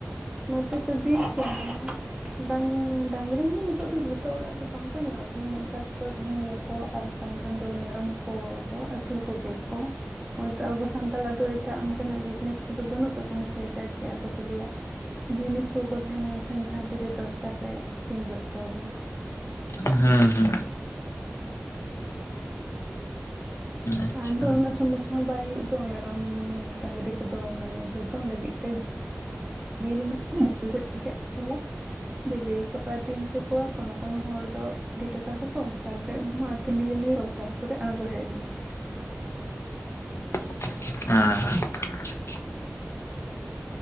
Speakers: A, on the right (about 20°); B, on the left (about 75°).
A: ᱱᱚᱛᱮ ᱫᱚ ᱵᱤᱨ <unintelligible> ᱰᱟᱝ ᱰᱟᱝᱨᱤ ᱦᱚᱸ ᱱᱤᱛᱚᱜ ᱫᱚ ᱡᱷᱚᱛᱚ ᱚᱲᱟᱜ ᱨᱮᱫᱚ ᱵᱟᱝᱠᱚ ᱧᱮᱞᱚᱜ ᱠᱟᱱᱟ ᱢᱤᱫ ᱵᱟᱨ ᱫᱚ ᱛᱟᱦᱮᱱ ᱜᱮᱭᱟ ᱠᱚ ᱠᱚ ᱟᱨ ᱵᱟᱝᱠᱷᱟᱱ ᱫᱚ ᱢᱮᱨᱚᱢ ᱠᱚ ᱫᱚ ᱟᱹᱥᱩᱞ ᱠᱚᱜᱮᱭᱟᱠᱚ ᱦᱳᱭᱛᱳ ᱟᱵᱚ ᱥᱟᱱᱛᱟᱲᱟᱜ ᱫᱚ ᱮᱴᱟᱜ ᱚᱱᱠᱟᱱᱟᱜ ᱵᱤᱡᱽᱱᱮᱥ ᱠᱚᱫᱚ ᱵᱟᱹᱱᱩᱜ ᱛᱟᱵᱚᱱᱟ ᱥᱮ ᱡᱟᱠᱜᱮ ᱟᱫᱚ ᱠᱚ ᱞᱟᱹᱭᱟ ᱡᱤᱱᱤᱥ ᱠᱚᱠᱚ ᱛᱟᱦᱮᱸ ᱞᱮᱱᱠᱷᱟᱱ ᱡᱟᱦᱟᱸ ᱛᱤᱨᱮ ᱫᱚᱨᱠᱟᱨ ᱨᱮ ᱟᱠᱷᱨᱤᱧ ᱜᱚᱫ ᱠᱚᱣᱟᱵᱤᱱ
B: ᱦᱮᱸ ᱦᱮᱸ ᱦᱮᱸ ᱟᱪᱪᱷᱟ
A: ᱟᱫᱚ ᱩᱱᱟᱹᱜ ᱥᱚᱢᱚᱥᱥᱟ ᱦᱚᱸ ᱵᱟᱭ ᱦᱩᱭᱩᱜ ᱫᱚ ᱢᱮᱨᱚᱢ ᱰᱟᱹᱟᱝᱨᱤ ᱠᱚᱫᱚ ᱢᱟᱱᱮ ᱡᱚᱛᱚᱱ ᱞᱟᱹᱜᱤᱫ ᱛᱮ <inaudible> <unintelligible> ᱵᱤᱨ ᱨᱮᱜᱮᱠᱚ ᱟᱹᱛᱤᱧ ᱦᱚᱪᱚ ᱠᱚᱣᱟ ᱠᱚᱱᱚ ᱠᱚᱱᱚ ᱦᱚᱲ ᱫᱚ ᱤᱫᱤᱴ ᱠᱟᱠᱚ ᱠᱚ ᱛᱟᱨᱯᱚᱨᱮ ᱩᱱᱠᱩ ᱦᱚᱸ ᱟᱛᱤᱧ ᱵᱤᱨᱱᱤᱭᱟ ᱛᱟᱨᱯᱚᱨᱮ ᱟᱬᱜᱚ ᱦᱮᱡ ᱮᱱ ᱜᱮᱠᱚ
B: <unintelligible>